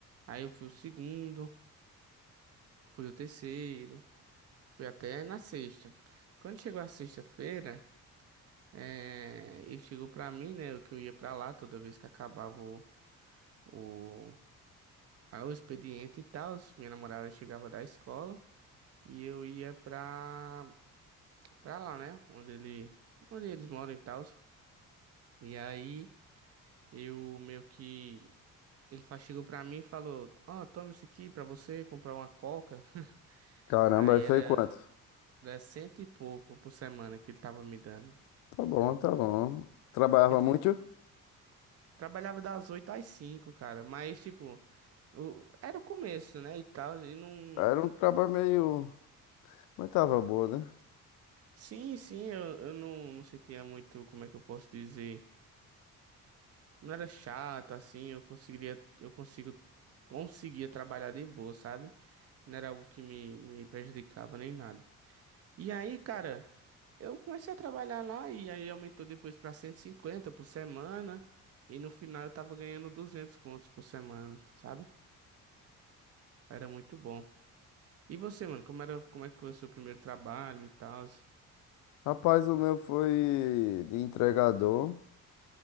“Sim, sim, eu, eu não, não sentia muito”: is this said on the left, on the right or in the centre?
Right